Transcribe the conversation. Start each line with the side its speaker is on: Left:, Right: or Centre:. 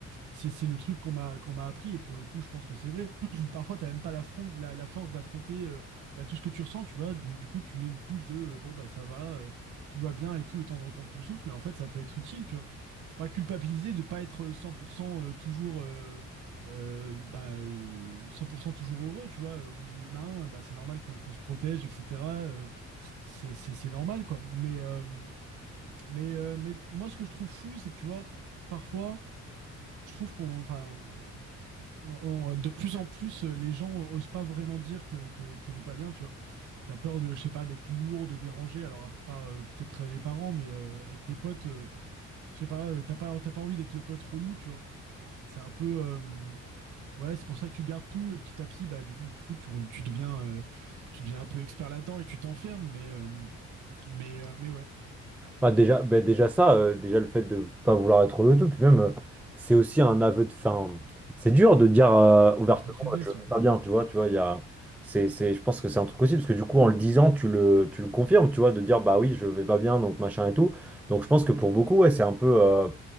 Right: c'est c'est le truc qu'on m'a qu'on m'a appris et pour le coup je pense que c'est vrai <clears throat> parfois t'as même pas la, fron- la, la force d'affronter euh, bah, tout ce que tu ressens tu vois donc du coup tu mets une couche de euh, bon bah ça va euh, tout va bien et tout le temps de reprendre ton souffle mais en fait ça peut être utile tu vois faut pas culpabiliser de pas être 100% euh, toujours euh, euh, bah, euh, 100% toujours heureux tu vois Euh, on est humain bah, c'est normal qu'on qu'on se protège etc Euh, c'est c'est c'est normal quoi mais euh, mais euh, mais moi ce que je trouve fou c'est que tu vois parfois je trouve qu'on, enfin, on- on- de plus en plus, euh, les gens osent pas vraiment dire que, que- qu'ils vont pas bien, tu vois. T'as peur de, je sais pas, d'être lourd, de déranger. Alors, à part euh, peut-être les parents, mais euh, avec tes potes, euh, je sais pas, euh, t'as pas, t'as pas envie d'être le pote relou, tu vois. C'est un peu, euh, ouais, c'est pour ça que tu gardes tout et petit à petit, bah du coup, du coup, tu, tu deviens, euh, tu deviens un peu expert là-dedans et tu t'enfermes. Mais, euh, mais, euh, mais ouais,
Centre: Bah, déjà, bah, déjà ça, euh, déjà le fait de pas vouloir être le tout, puis même, euh, c'est aussi un aveu de fin. C'est dur de dire euh, ouvertement,
Right: un aveu de faiblesse,
Centre: je vais
Right: ouais.
Centre: pas bien, tu vois, tu vois, il y a, c'est, c'est, je pense que c'est un truc aussi, parce que du coup, en le disant, tu le, tu le confirmes, tu vois, de dire, bah oui, je vais pas bien, donc machin et tout. Donc je pense que pour beaucoup, ouais, c'est un peu... euh,